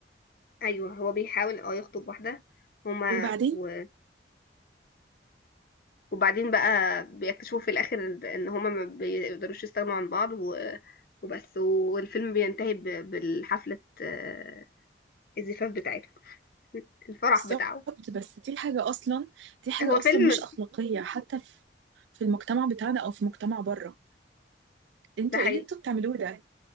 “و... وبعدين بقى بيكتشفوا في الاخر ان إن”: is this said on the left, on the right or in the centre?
Left